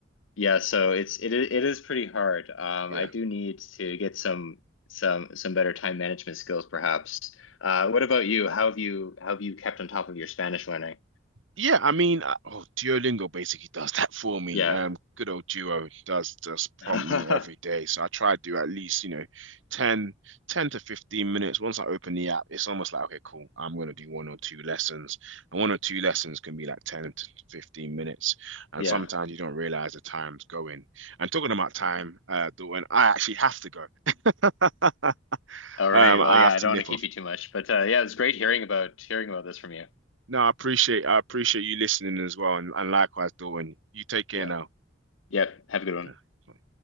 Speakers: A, on the left; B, on the right.
A: yeah, so it's it i- it is pretty hard. Um,
B: yeah.
A: I do need to get some some some better time management skills, perhaps. Uh, what about you? How have you how have you kept on top of your Spanish learning?
B: Yeah, I mean, uh, oh, Duolingo basically does that <laughs> for me.
A: Yeah.
B: Um, good old Duo does does prompt
A: <laughs>
B: me every day.
A: Mhm.
B: So I try to do at least, you know, 10 10 to 15 minutes. Once I open the app, it's almost like, okay, cool, I'm gonna do one or two lessons. And one or two lessons can be like 10 to 15 minutes. And
A: Yeah.
B: sometimes you don't realize the time's going. And talking about time, uh, Dawn, I actually have to go. <laughs>
A: All
B: Um,
A: right. Well,
B: I
A: yeah,
B: have
A: I
B: to
A: don't
B: nip
A: want to keep
B: off.
A: you too much, but uh, yeah, it was great hearing about hearing about this from you.
B: No, I appreciate I appreciate you listening as well. And, and likewise, Dawn, you take care
A: Yeah.
B: now.
A: Yep. Have a good one.
B: Fuck.